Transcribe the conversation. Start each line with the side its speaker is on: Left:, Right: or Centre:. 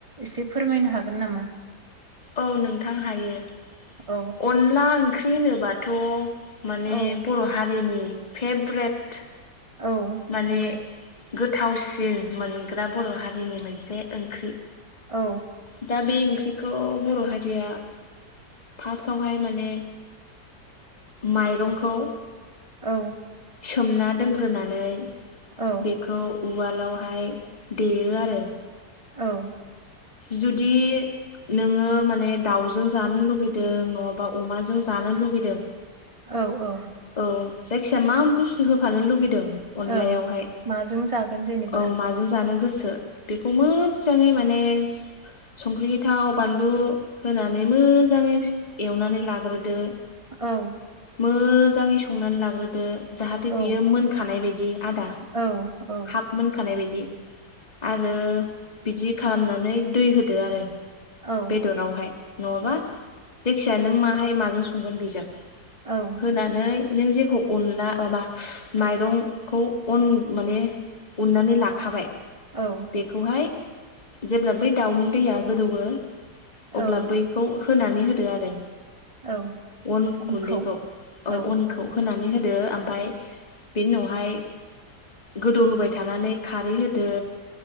Right: एसे फोरमायनो हागोन नामा?
Left: औ नोंथां हायो।
Right: औ।
Left: अनला ओंख्रि होनोबाथ' माने
Right: औ
Left: बर' हारिनि फेब्रेट
Right: औ
Left: माने
Right: नंगौ
Left: गोथावसिन मोनग्रा बर' हारिनि मोनसे ओंख्रि।
Right: औ।
Left: दा बे ओंख्रिखौ बर' हारिया फार्स्टआवहाय माने माइरंखौ
Right: औ।
Left: सोमना दोनग्रोनानै
Right: औ
Left: बेखौ उवालावहाय देयो आरो।
Right: औ
Left: जुदि नोङो माने दाउजों जानो लुगैदों नङाबा अमाजों जानो लुगैदों
Right: औ औ
Left: औ जायखिजाया मा बुस्थु होफानो लुगैदों अनलायावहाय
Right: ओं माजों जागोन जेनेबा
Left: औ माजों जानो गोसो बेखौ मोजाङै मा ने संख्रि थाव बानलु होनानै मोजाङै एवनानै लाग्रोदो।
Right: औ
Left: मोजाङै संनानै लाग्रोदो जाहाथे
Right: औ
Left: बियो मोनखानाय बायदि आदा
Right: औ औ
Left: हफ मोनखानाय बायदि आरो बिदि खालामनानै दै होदो आरो
Right: औ
Left: बेदरावहाय नङाबा जायखिया नों माहाय माजों संगोन बेजों
Right: ओं
Left: होनानै नों जेखौ अनला माबा माइरंखौ अन माने उननानै लाखाबाय
Right: औ
Left: बेखौहाय जेब्ला बै दाउनि दैया गोदौवो अब्ला
Right: औ
Left: बैखौ होनानै होदो आरो।
Right: औ
Left: अन
Right: अनखौ
Left: गुन्दैखौ
Right: औ
Left: अन खौ होनानै होदो ओमफफ्राय बेनि उनावहाय गोदौ होबाय थानानै खारै होदो